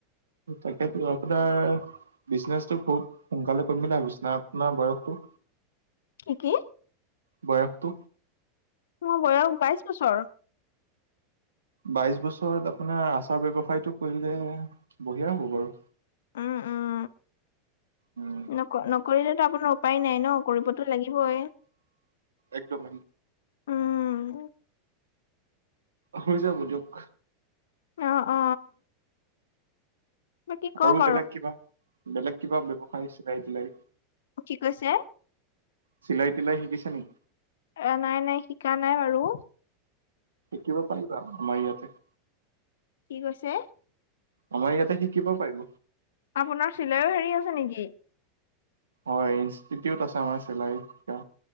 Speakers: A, on the right; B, on the left.
A: তাকেতো আপোনাৰ বিজনেচো বহুত সোনকালে কৰিম বুলি ভাবিছ আপোনাৰ বয়সটো
B: কি কি
A: বয়সটো
B: মো বয়স বাইছ বছৰ।
A: বাইছ বছৰত আপোনাৰ আচাৰ ব্যৱসায়টো কৰিলে বঢ়িয়া হ'ব বাৰু।
B: উম উম
A: উম
B: নক নকৰিলেতো আপোনাৰ উপায় নাই ন কৰিবতো লাগিবই।
A: একদম
B: উম
A: হৈ যাব দিয়ক।
B: অ অ বাকী কওক
A: আৰু বেলেগ কিবা বেলেগ কিবা ব্যৱসায় চিলাই তিলাই
B: কি কৈছে
A: চিলাই তিলাই শিকিছা নেকি
B: এ নাই নাই শিকা নাই বাৰু
A: শিকিব পাৰিবা আমাৰ ইয়াতে
B: কি কৈছে
A: আমাৰ ইয়াতে শিকিব পাৰিব
B: আপোনাৰ চিলাইও হেৰি আছে নেকি
A: হয় ইনষ্টিটিউট আছে আমাৰ চিলাই শিকা